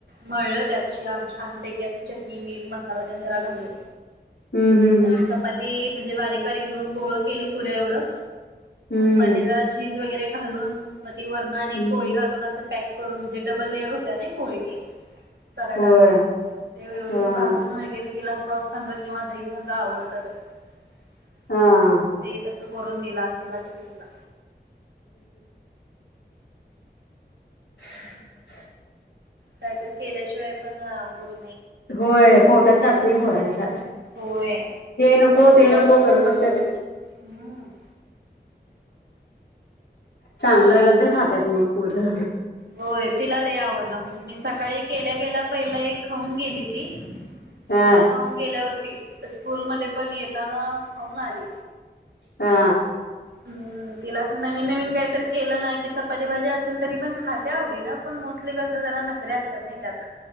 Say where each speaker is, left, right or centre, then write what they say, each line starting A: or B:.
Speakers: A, on the right; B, on the left.
A: मळलं त्याचीऽऽ छान पैकी असं चटणी मीठ, मसाला तेन जरा घालून,
B: हं, हं, हं.
A: चपातीऽऽ म्हणजे बारीक, बारीक दोन गोळं केले पुऱ्या एवढं,
B: हं,
A: मध्ये जरा चीज वगैरेऽऽ घालून मग ती वरणं आणि
B: हं.
A: एक पोळी घालून असऽऽ पॅक करून जे डबल लेअर होत्या नाई पोळी ती पराटा
B: होय.
A: असा ते व्यवस्थित
B: हां,
A: भाजून वगैरे तिला सॉस संग किंवा दही संग आवडत तसंऽऽ
B: हां.
A: ते तसं करून दिलं आज तिला, टिफिनला.
B: <inaudible>
A: काहीतरी केल्याशिवाय पण होतऽऽ
B: होय,, पोटात जात नाही पोरांच्या,,
A: होय.
B: हे नकोऽऽ हो, ते नको करत बसत्यात.
A: हम्म
B: चांगल लागलं तर खात्यात मग पोरं.
A: होय तिला लय आवडलं म्हणजे मी सकाळी केल्या केल्याऽऽ पहिला एक खाऊन गेली ती
B: हां,
A: हितन खाऊन गेल्यावरती स्कूल मध्ये पण येताना खाऊन आली
B: हा
A: हम् तिला असं नवीन नवीन काही तर केलं ना कि चपाती भाजी अस असलं तरी पण खात्या आवडीन पण मोस्टली कस जरा नखऱे असत्यात नाही त्यात